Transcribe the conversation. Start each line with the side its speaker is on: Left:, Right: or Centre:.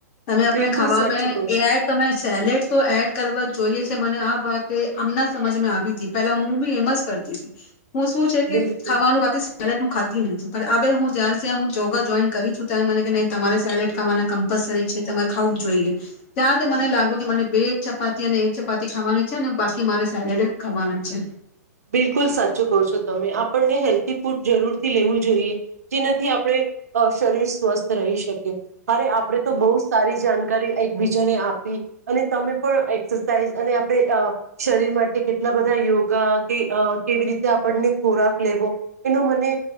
Left: તમે આપણે
Right: બિલકુલ
Left: ખાવામાં
Right: સાચું કહો છો
Left: એ આડ તમે સેલેડ તો એડ કરવા જોઈએ છે મને આ વાત આમણા સમજમાં આવી હતી પેલા હું બી એમસ કરતી તી હું શું છે કે
Right: બિલકુલ
Left: ખાવાનું ખા સિગલેટ નું ખાું નથી હવે હું જયારે હ જોયોગા જોઈન કરીું છું ત્યારે મને ન તમારે સેલેડ ખાવાના કમ્પલસરી છે તમે ખાવું જોઈએ ત્યાર મને લાગ્યું કે મને બે ચપાતી અને એક ચપાતી ખાવાની છે અને બાકી મારે સેલેડ જ ખાવાના છે
Right: બિલકુલ સાચું કહો છો તમે આપણને હેલ્થી ફૂડ જરૂરથી લેવું જોઈએ જેનાથી આપણે શરીર સ્વસ્થ રહી શકીએ અરે આપડણે તો બહુ સારી જાણકારી એકબીજાને આપી અને તમે પણ એક્સરસાઇઝ અને આપણે શરીર માટે કેટલા બધા યોગા કે કેવી રીતે આપણને ખોરાક લેવો એનું મને